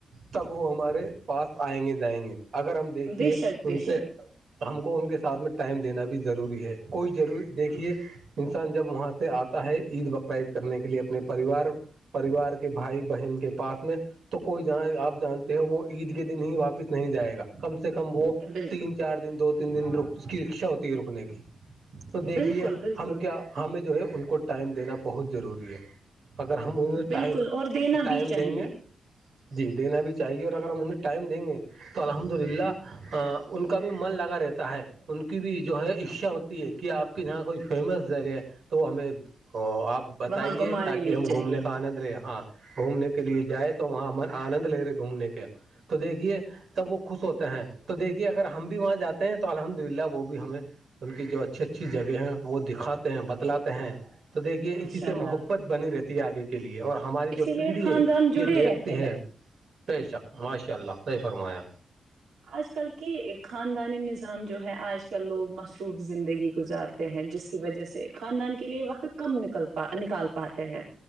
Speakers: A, on the right; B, on the right.
A: تب وہ ہمارے پاس آئیں گے جائیں گے اگر ہم دیکھیے
B: بے شک
A: ان
B: بے
A: سے
B: شک
A: ہم کو ان کے ساتھ میں ٹائم دینا بھی ضروری ہے کوئی ضروری دیکھیے
B: ہوں،
A: انسان جب وہاں سے آتا ہے عید بقر عید کرنے کے لیے اپنے پریوار پریوار کے بھائی بہن کے پاس میں تو کوئی ج آپ جانتے ہو وہ عید کے دن ہی واپس نہیں جائے گا کم سے کم وہ
B: بالکل
A: تین چار دن دو تین دن ر اس کی اکشا ہوتی ہے رکنے کی تو دیکھیے
B: بالکل بالکل
A: ہم کیا ہمیں جو ہے ان کو ٹائم دینا بہت ضروری ہے اگر ہم انہیں
B: بالکل
A: ٹائم
B: اور دینا
A: ٹائم
B: بھی چاہیے
A: دیں گے جی دینا بھی چاہیے اور اگر ہم انہیں ٹائم دیں گے تو الحمد للہ
B: ہوں،
A: ان کا بھی من لگا رہتا ہے ان کی بھی جو ہے اچھا ہوتی ہے کہ آپ کے یہاں کوئی فیمس جگہ تو ہمیں آپ بتائیے
B: وہاں گھمانے
A: تاکہ
B: لیے
A: ہم
B: چلیے
A: گھومنے کا آنند رہیں ہاں گھومنے کے لیے جائ تو تو وہاں من آنند لے رہے گھومنے کا تو دیکھیے تب وہ خوش ہوتے ہیں تو دیکھیے اگر ہم بھی وہاں جاتے ہیں تو الحمد للہ وہ بھی ہمیں ان کی جو اچھی اچھی جگہیں ہیں وہ دکھاتے ہیں بتلاتے ہیں تو دیکھیے
B: ماشاء
A: اسی سے
B: اللہ
A: محبت بنی رہتی آگے کے لیے اور ہماری جو
B: اسی لیے
A: پیڑھی
B: خاندان
A: ہے
B: جڑے
A: یہ دیکھتی
B: رہتے ہیں
A: ہے بے شک ماشاء اللہ سحی فرمایا
B: آج کل کی خاندانی نظام جو ہے آج کل لوگ مصروف زندگی گزارتے ہیں جس کی وجہ سے خاندان کے لیے وقت کم نکلا نکال پاتے ہیں